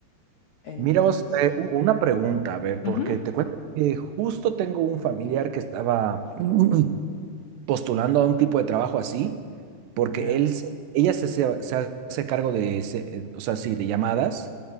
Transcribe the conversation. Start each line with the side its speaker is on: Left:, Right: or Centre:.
Left: Entonces,
Right: Mira vos, eh, u- una pregunta, a ver,
Left: ujú,
Right: porque te cuento que justo tengo un familiar que estaba <clears throat> postulando a un tipo de trabajo así, porque
Left: ya.
Right: él, se- ella se, se- se hace cargo de, se- eh, o sea, sí, de llamadas